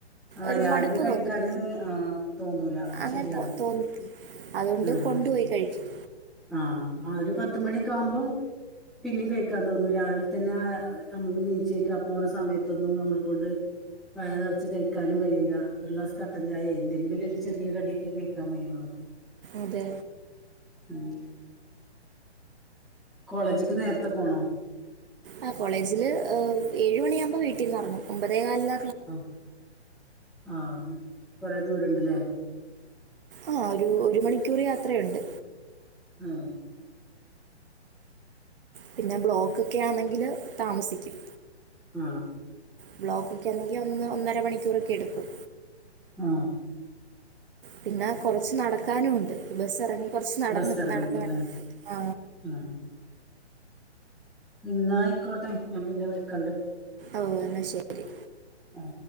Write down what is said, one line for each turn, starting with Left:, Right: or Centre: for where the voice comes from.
Centre: ആഹ്
Right: ഒരു
Centre: രാവിലെ
Right: മടുപ്പ്
Centre: കഴിക്കാന്
Right: തോന്നും
Centre: ആഹ് തോന്നൂല അത്
Right: അങ്ങനെ
Centre: ശരിയാണ്
Right: തോന്നി അതുകൊണ്ട്
Centre: ആഹ്
Right: കൊണ്ടുപോയി കഴിക്കും
Centre: ആഹ് ആഹ് ഒരു പത്തു മണിക്കാവുമ്പോ പിന്നേം കഴിക്കാൻ തോന്നും രാവിലെ പിന്നെ <unintelligible> പോണ സമയത്തൊന്നും നമ്മളെ കൊണ്ട് വയറുനെറച്ച് കഴിക്കാനും കയ്യൂല്ല ഒരുഗ്ലാസ് കട്ടൻ ചായേ എന്തെങ്കിലും ഒരു ചെറിയ കടിയൊക്കെ കഴിക്കാൻ കഴിയ്യൊള്ളൂ
Right: അതേ
Centre: ഉം കോളേജിക്ക് നേരത്തെ പോണോ
Right: ആ കോളേജില് ഏഴുമണിയാകുമ്പോ വീട്ടീന്നെറങ്ങും ഒമ്പതേ കാലിന്
Centre: ആ ആ കൊറെ ദൂരുണ്ടല്ലേ
Right: ആ ഒരു ഒരു മണിക്കൂർ യാത്രയൊണ്ട്
Centre: ആ
Right: പിന്നെ ബ്ലോക്കൊക്കെ ആണെങ്കിൽ താമസിക്കും
Centre: ആ
Right: ബ്ലോക്കൊക്കെ ആന്നെങ്കി ഒന്ന് ഒന്നര മണിക്കൂറൊക്കെ എടുക്കും
Centre: ആ
Right: പിന്നെ കൊറച്ച് നടക്കാനും ഉണ്ട് ഈ ബസ്സെറങ്ങി. കൊറച്ച് നടന്ന്
Centre: ബസ് എറങ്ങിട്ടല്ലേ
Right: നടന്നു വേണം ആ
Centre: ആഹ് ഇന്നാ ആയിക്കോട്ടെ ഞാൻ പിന്നെ വിളിക്കണ്ട്.
Right: ഓ എന്നാ ശരി.
Centre: ആ